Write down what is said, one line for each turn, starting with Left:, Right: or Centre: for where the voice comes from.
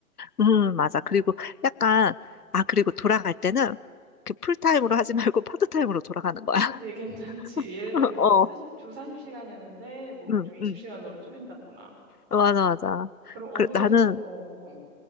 Left: 음, 맞아. 그리고 약간, 아, 그리고 돌아갈 때는 그 풀타임으로 하지 <laughs> 말고 파트타임으로 돌아가는 거야.
Right: 그치, <laughs> 괜찮지.
Left: <laughs>
Right: 예를 들어 뭐
Left: 어,
Right: 40, 주 40시간이었는데 뭐
Left: 응,
Right: 주 20시간으로
Left: 응.
Right: 줄인다거나.
Left: 맞아, 맞아.
Right: 그럼 어느
Left: 그, 나는
Right: 정도, 어, 어.